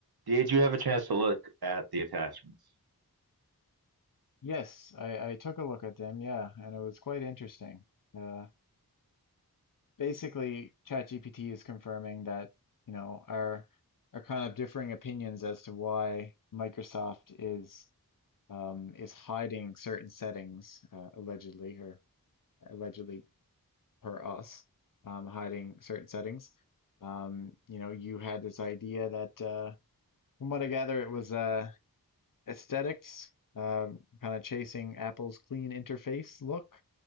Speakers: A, on the right; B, on the left.
A: Did you have a chance to look at the attachments?
B: Yes, I, I took a look at them, yeah, and it was quite interesting. Uh, basically, ChatGPT is confirming that, you know, our our kind of differing opinions as to why Microsoft is um, is hiding certain settings, uh, allegedly or allegedly per us, um, hiding certain settings. Um, you know, you had this idea that, uh, from what I gather, it was uh, aesthetics, uh, kind of chasing Apple's clean interface look